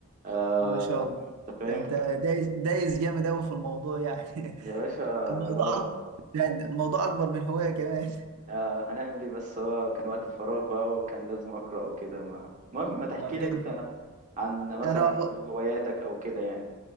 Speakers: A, on the right; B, on the right.
A: آه،
B: ما شاء الله
A: انت فاهم
B: ده انت دايس دايس جامد قوي في الموضوع يعني
A: يا
B: <laughs>
A: باشا
B: الموضوع
A: هو
B: أك- يعني الموضوع اكبر من هواية كمان
A: آه، هنعمل ايه بس هو كان وقت الفراغ بقى وكان لازم أقرأ وكده ما المهم ما تحكي
B: آه، طب
A: لي انت عن مثلا
B: انا
A: هواياتك او كده يعني